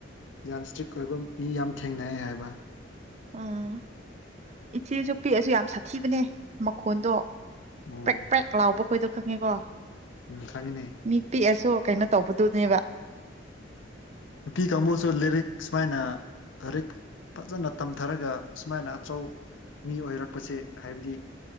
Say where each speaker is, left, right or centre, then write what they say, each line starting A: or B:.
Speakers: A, on the left; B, on the right.
A: ꯌꯥꯝ ꯁꯇ꯭ꯔꯤꯛ ꯑꯣꯏꯕ ꯃꯤ ꯌꯥꯝ ꯊꯦꯡꯅꯩ ꯍꯥꯏꯕ
B: ꯎꯝ ꯏꯆꯦꯁꯨ ꯄꯤꯛꯑꯁꯨ ꯌꯥꯝ ꯁꯥꯊꯤꯕꯅꯦ ꯃꯈꯣꯟꯗꯣ
A: ꯑꯣ
B: ꯄꯦꯛ ꯄꯦꯛ ꯂꯥꯎꯕ ꯈꯣꯏꯗꯣ ꯈꯪꯉꯦꯀꯣ
A: ꯎꯝ ꯈꯪꯉꯤꯅꯦ
B: ꯃꯤ ꯄꯤꯛꯑꯁꯨ ꯀꯩꯅꯣ ꯇꯧꯕꯗꯨꯅꯦꯕ
A: ꯅꯨꯄꯤ ꯀꯥꯡꯕꯨꯁꯨ ꯂꯤꯔꯤꯛ ꯁꯨꯃꯥꯏꯅ ꯔꯤꯛ ꯐꯖꯅ ꯇꯝꯊꯔꯒ ꯁꯨꯃꯥꯏꯅ ꯑꯆꯧ ꯃꯤ ꯑꯣꯏꯔꯛꯄꯁꯦ ꯍꯥꯏꯕꯗꯤ